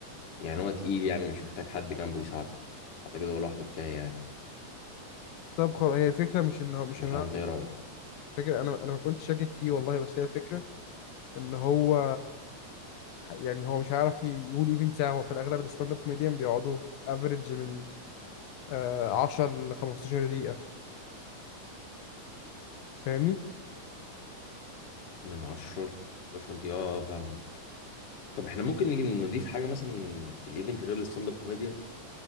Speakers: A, on the left (about 50°); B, on the left (about 85°).
A: يعني هو تقيل يعني مش محتاج حد جنبه يساعده أعتقد هو لوحده كفاية يعني
B: طب خلاص هي الفكرة مش ان هو مش
A: ولا
B: ان انا
A: أنت إيه رأيك؟
B: فكرة انا انا ما كنتش شاكك فيه والله بس هي الفكرة ان هو يعني هو مش هيعرف يقول ايفنت ساعة هو في الاغلب الستاند اب كوميديان بيقعدوا افريج من آه، 10 ل 15 دقيقة فاهمني
A: من عشرة لستاشر دي اه فاهم طب احنا ممكن نيجي نضيف حاجة مثلا في الايفنت غير الستاند اب كوميديان